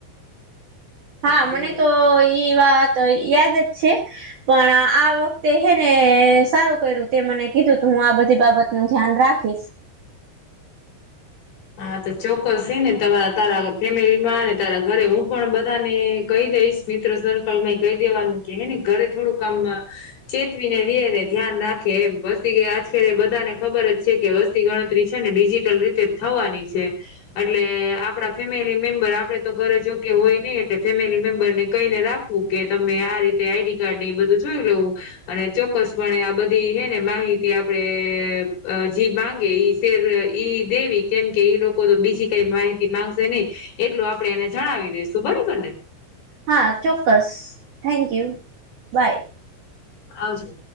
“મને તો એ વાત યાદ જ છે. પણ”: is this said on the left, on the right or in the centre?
Right